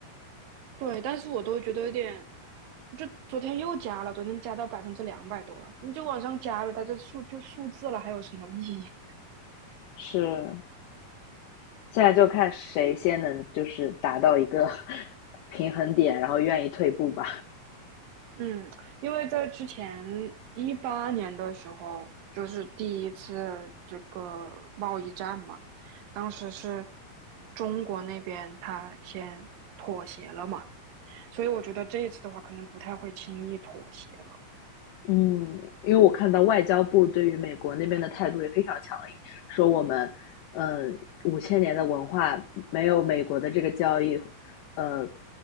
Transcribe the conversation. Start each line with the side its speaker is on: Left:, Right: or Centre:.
Right: 对，但是我都觉得有点，就昨天又加了，昨天加到百分之两百多了，你就往上加了，它这数就数字了，还有什么意义？<laughs>
Left: 是现在就看谁先能就是达到一个 <laughs> 平衡点，然后愿意退步吧。
Right: 嗯，因为在之前一八年的时候，就是第一次这个贸易战嘛，当时是中国那边他先妥协了嘛，所以我觉得这一次的话，可能不太会轻易妥协了。
Left: 嗯，因为我看到外交部对于美国那边的态度也非常强硬，说我们，嗯，五千年的文化没有美国的这个交易，呃，